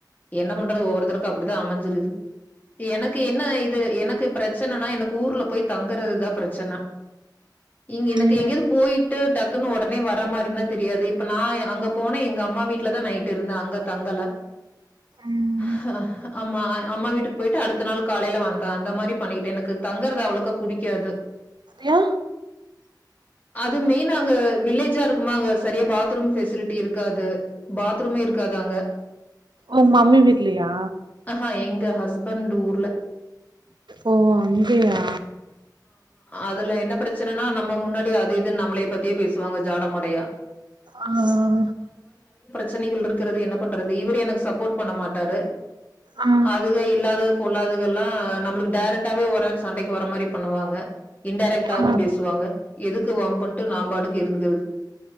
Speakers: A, on the left; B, on the right.
A: என்ன பண்றது ஒவ்வொருத்தருக்கும் அப்பிடிதான் அமைஞ்சிருது எனக்கு என்ன இது எனக்கு பிரச்சனனா எனக்கு ஊர்ல போய் தங்குறதுதான் பிரச்சனை இங்க எனக்கு
B: ம்
A: எங்கையாது போயி டக்குன்னு ஒடனே வர மாரி தெரியாது இப்ப நான் அங்க போன எங்க அம்மா வீட்ல தான் நைட் இருந்தே அங்க தங்க அல்ல
B: ம்
A: ஹ ஆமா அம்மா வீட்டுக்கு போயிட்டு அடுத்த நாள் காலையில வந்தாங்க அந்த மாரி பண்ணிட்டேன் எனக்கு தங்கறது அவ்ளுக்கு புடிக்காது
B: யா
A: அது மெய்னா அங்க வில்லேஜா இருக்குமா அங்க சரியா பாத்ரூம் ஃபெசிலிட்டி இருக்காது பாத்ரூமே இருக்காது அங்க
B: உங்க மம்மி வீட்லயா
A: அ ஹா எங்க ஹஸ் ஸ்பண்டு ஊர்ல
B: ஓ அங்கேயா
A: அதுலா என்ன ப்ரச்சனன்னா நம்ம முன்னாடி அது இதுன் நம்ளய பத்தியே பேசுவாங்க ஜாட மாடையா
B: ஆ ஆ
A: ச்சனைகள் இருக்குறது என்ன பண்றது இவரு எனக்கு சப்போட் பண்ண மாட்டாரு
B: ஆ
A: அதுக இல்லாத பொல்லாதுகள்லா நம்மளுக்கு டேரெக்ட்டாவே ஒரு நேரொ சண்டைக்கி வர மாரி பண்ணுவாங்க இன்டேரக்டவும்
B: ஆ
A: பேசுவாங்க எதுக்கு வம்புன்ட்டு நா பாட்டுக்கு இருந்துக்குற